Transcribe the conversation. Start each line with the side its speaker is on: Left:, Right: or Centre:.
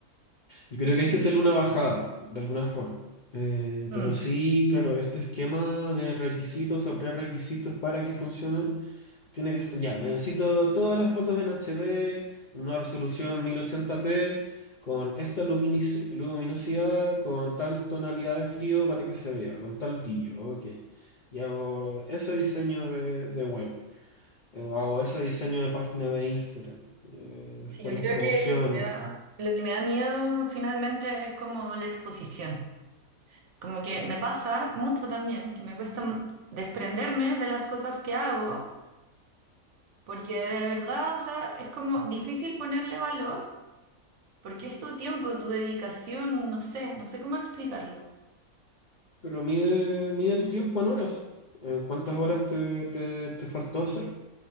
Left: yo creo que hay que hacerle una bajada de alguna forma. Eh,
Right: mm,
Left: pero sí, claro, este esquema de requisitos o prerequisitos para que funcione tiene que estar, ya, necesito todas las fotos en HD, en una resolución 1080p, con esta luminici- luminosidad, con tal tonalidad de frío para que se vea, con tal brillo, ok. Y hago ese diseño de, de web, eh, hago ese diseño de página de Instagram, eh, después
Right: Sí, yo creo
Left: las promociones,
Right: que lo que me da, lo que me da miedo finalmente es como la exposición. Como que me pasa mucho también, que me cuesta m- desprenderme de las cosas que hago, porque de verdad, o sea, es como difícil ponerle valor, porque es tu tiempo, tu dedicación, no sé, no sé cómo explicarlo.
Left: pero mide, mide tu tiempo en horas. Eh, ¿Cuántas horas te, te te faltó hacer?